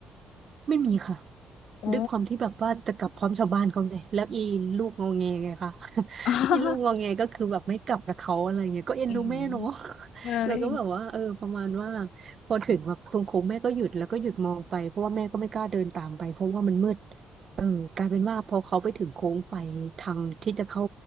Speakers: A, on the right (about 50°); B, on the left (about 75°).
A: ไม่มีค่ะ
B: โอ้
A: ด้วยความที่แบบว่าจะกลับพร้อมชาวบ้านเขาไงแล้วอีลูกงอแงไงคะ <laughs>
B: <laughs>
A: อีลูกงอแงก็คือแบบไม่กลับกับเขาอะไรเงี้ยก็เอ็นดูแม่เนาะ
B: อืม
A: <laughs>
B: เลย
A: แล้วก็แบบว่าเออประมาณว่าพอถึงแบบตรงโค้งแม่ก็หยุดแล้วก็หยุดมองไปเพราะว่าแม่ก็ไม่กล้าเดินตามไปเพราะว่ามันมืด เออกลายเป็นว่าพอเขาไปถึงโค้งไฟทางที่จะเข้า